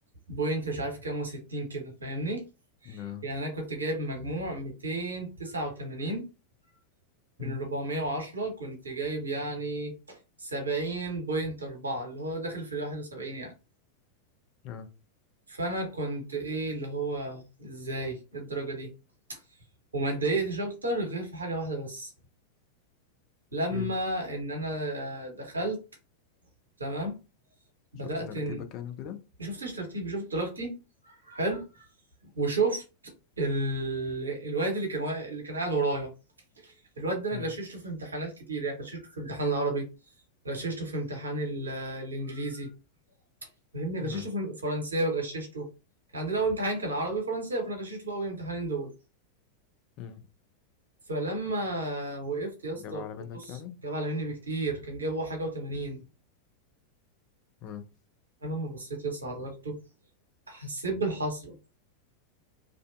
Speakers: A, on the right; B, on the left.
A: بوينت مش عارف كام وستين كده فاهمني
B: نعم
A: يعني انا كنت جايب مجموع ميتين تسعة وتمانين من
B: مم.
A: 410 كنت جايب يعني 70.4 اللي هو داخل في ال 71 يعني
B: نعم
A: فأنا كنت إيه اللي هو إزاي إيه الدرجة دي وما اتضايقتش أكتر غير في حاجة واحدة بس لما
B: إيه
A: إن أنا دخلت تمام بدأت
B: شفت ترتيبك
A: إن
B: يعني وكده
A: شفتش ترتيبي شفت درجتي حلو وشفت ال... الواد اللي كان وا... اللي كان قاعد ورايا الواد ده
B: مم.
A: أنا غششته في امتحانات كتير يعني غششته في امتحان العربي غششته في امتحان ال- الإنجليزي فاهمني
B: نعم
A: غششته في فرنساوي غششته كان عندنا اول امتحان كان عربي فرنساوي فانا غششته في اول امتحانين دول
B: مم.
A: فلما وقفت يا اسطى
B: جاب على منك
A: بص
B: يعني
A: جاب على مني بكتير كان جاب هو حاجه و80
B: مم.
A: انا لما بصيت يا اسطى على درجته حسيت بالحسره